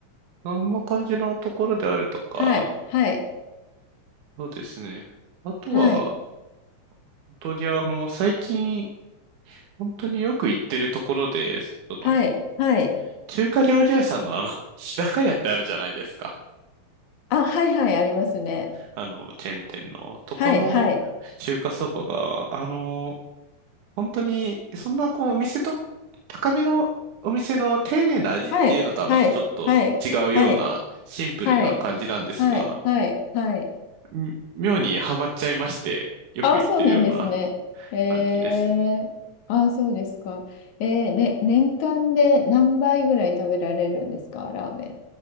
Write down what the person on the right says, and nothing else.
そんな感じのところであるとか。
そうですね。あとは、
本当にあの、最近、本当によく行ってるところで、その、
中華料理屋さんのあの、<laughs> 日高屋ってあるじゃないですか。
あの、チェーン店の、とこの中華そばが、
あの、本当に、そんなこう、お店と、高めのお店の丁寧な味っていうのとはまたちょっと違うような、
シンプルな感じなんですが、
み妙にハマっちゃいまして、よく行ってるような
感じですね。